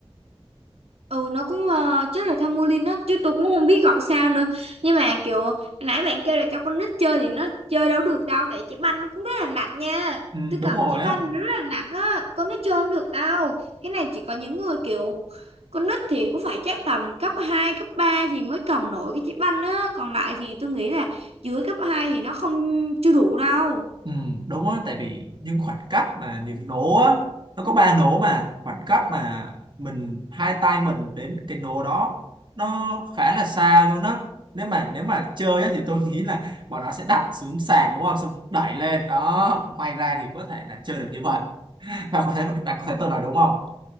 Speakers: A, on the right; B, on the right.
A: ừ nó cũng ờ, chắc là tham mưu linh á chứ tôi cũng không biết gọi sao nữa nhưng mà kiểu nãy bạn kêu là cho con nít chơi thì nó chơi đâu được đâu tại trái banh nó cũng rất là nặng nha
B: Ừ,
A: tôi
B: đúng
A: cầm
B: rồi
A: trái banh
B: á.
A: nó rất là nặng á con nít chơi không được đâu cái này chỉ có những người kiểu con nít thì cũng phải chắc tầm cấp 2 cấp 3 thì mới cầm nổi cái trái banh á còn lại thì tôi nghĩ là dưới cấp 2 thì nó không chưa đủ đâu
B: Ừ, đúng á, tại vì những khoảng cách mà những nố á, nó có ba nố mà khoảng cách mà mình hai tay mình đến cái nố đó nó khá là xa luôn á nếu mà nếu mà chơi á thì tôi nghĩ là bọn nó sẽ đặt xuống sàn đúng không xong đẩy lên đó may ra thì có thể là chơi được như vậy <laughs> bạn có thấy bạn có thấy tôi nói đúng không